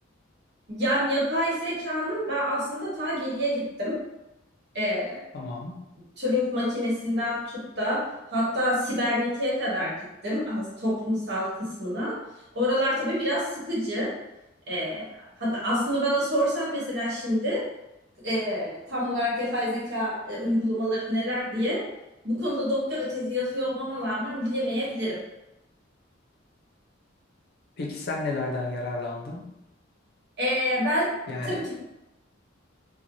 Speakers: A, on the right; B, on the left.
A: Yani yapay zekanın ben aslında ta geriye gittim. E,
B: Tamam.
A: Turing makinesinden tut da hatta sibernetiğe kadar gittim az toplumsal kısmına. Oralar tabii biraz sıkıcı. E, hatta aslında bana sorsan mesela şimdi e, tam olarak yapay zeka e, uygulamaları neler diye bu konuda doktora tezi yazıyor olmama rağmen bilemeyebilirim.
B: Peki sen nelerden yararlandın?
A: E, ben
B: Yani
A: tabii ki